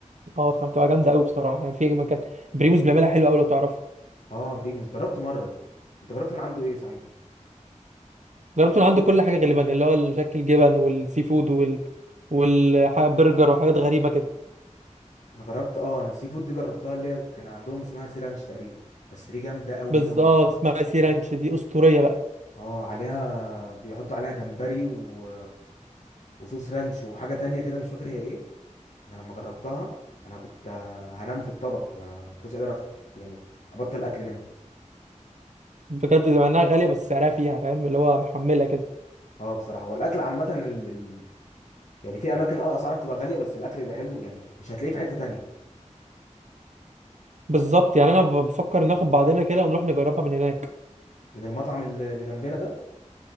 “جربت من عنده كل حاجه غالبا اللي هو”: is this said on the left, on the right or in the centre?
Right